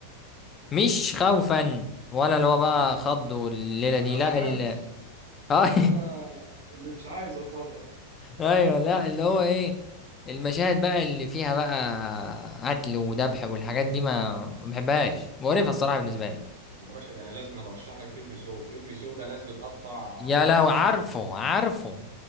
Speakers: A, on the left; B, on the right.
A: مش خوفا ولا اللي هو بقى
B: مم.
A: خض والليله
B: انا
A: دي لا
B: ما بخافش
A: ال...
B: بس
A: آه <laughs>
B: انا اللي مش عايز اتفرج
A: ايوه لا اللي هو ايه المشاهد بقى اللي فيها بقى قتل وذبح والحاجات دي ما ما بحبهاش مقرفه الصراحه
B: لا
A: بالنسبه
B: ده
A: لي
B: يا باشا ده انا لازم انا ارشح لك فيلم شو فيلم شو ده ناس بتقطع
A: يا
B: في
A: لهوي
B: جسمها
A: عارفه عارفه